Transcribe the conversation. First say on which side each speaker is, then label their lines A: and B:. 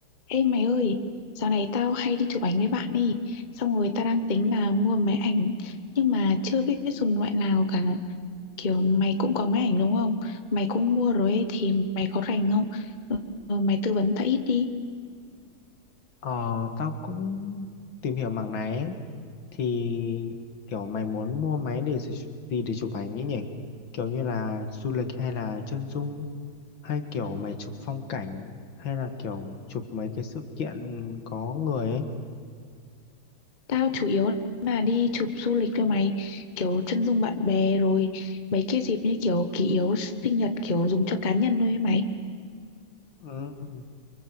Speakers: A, on the left; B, on the left.
A: Ê mày ơi, dạo này tao hay đi chụp ảnh với bạn đi. Xong rồi tao đang tính là mua máy ảnh nhưng mà chưa biết dùng loại nào cả. Kiểu mày cũng có máy ảnh đúng không? Mày cũng mua rồi ấy, thì mày có rành không? Ừ, ừ, mày tư vấn tao ít đi.
B: Ờ, tao cũng tìm hiểu mảng này ấy. Thì kiểu mày muốn mua máy để gì gì để chụp ảnh ấy nhỉ? Kiểu như là du lịch hay là chân dung hay kiểu mày chụp phong cảnh hay là kiểu chụp mấy cái sự kiện có người ấy.
A: Tao chủ yếu là đi chụp du lịch cho mày, kiểu chân dung bạn bè rồi mấy cái dịp như kiểu kỷ yếu sinh nhật kiểu dùng cho cá nhân thôi ấy mày.
B: Ừ.